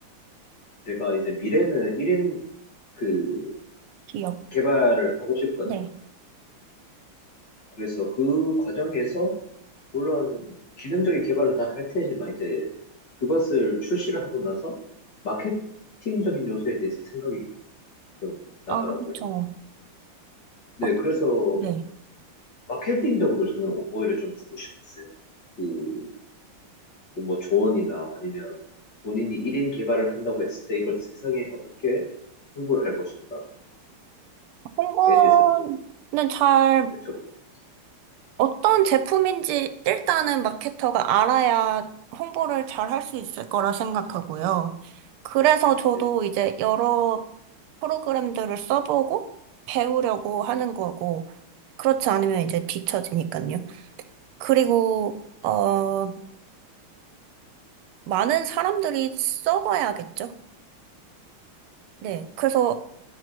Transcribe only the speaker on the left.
제가 이제 미래는 1인 그
개발을 하고 싶거든요.
그래서 그 과정에서 물론 기능적인 개발은 다 할 테지만 이제 그것을 출시를 하고 나서 마케팅적인 요소에 대해서 생각이 좀 나더라고요.
네,
그래서
마케팅적으로 저는 오히려 좀 묻고 싶었어요. 그 뭐 조언이나 아니면 본인이 1인 개발을 한다고 했을 때 이걸 세상에 어떻게 홍보를 할 것인가에
대해서 좀
여쭤보고 싶었어요.
네,